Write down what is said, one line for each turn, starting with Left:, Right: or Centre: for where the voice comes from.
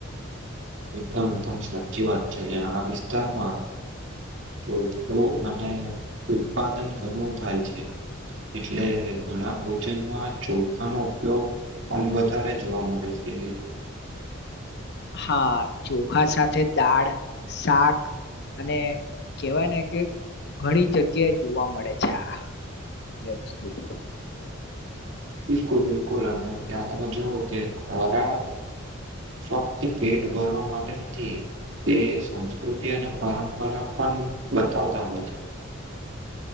Right: એકદમ પણમ સાચી વાત છે. અને આ વિસ્તારમાં ચો અને ઉત્પાદન ઘણું થાય છે. એટલે ઘણા ભોજનમાં ચોખખાનોો ઉપયોગ પણમ વધારે જોવા મળે છે. એ
Left: હા ચોખા સાથે દાળ શાક અને કેહેવાય ને કે ઘણી જગ્યાએ જોવા મળે છે. આ બે વસ્તુ તો
Right: બિલકુલ બિલકુલ અને ત્યાં તમે જુઓ કે ખરા ફક્ત પેટ ભરવા માટે નથી એ સંસ્કૃતિ અને પરંપરા પણ બતાવતા હોય છે